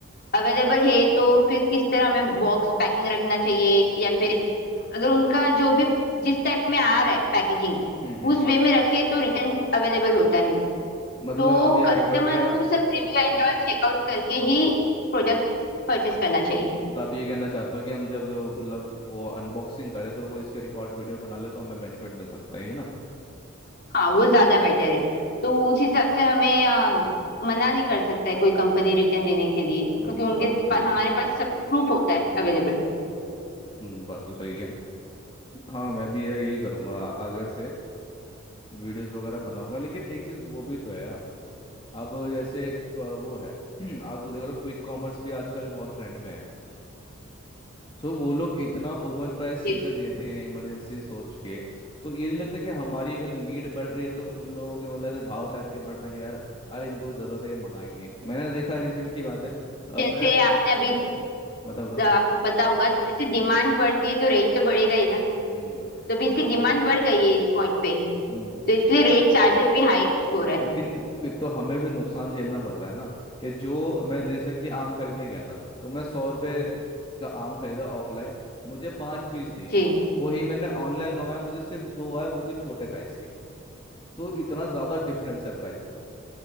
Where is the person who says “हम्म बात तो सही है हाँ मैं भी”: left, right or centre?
Left